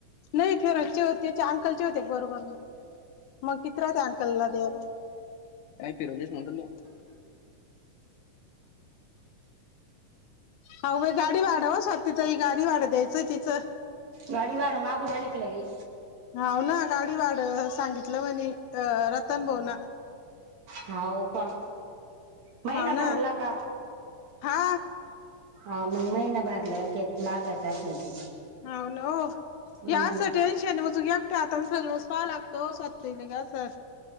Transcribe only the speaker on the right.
गाडी भाडं मागू राहली क लगे
हाऊ का महिना
भरला
का?
ह मग महिना भरल्या घेत मागतं असल ती
हम्म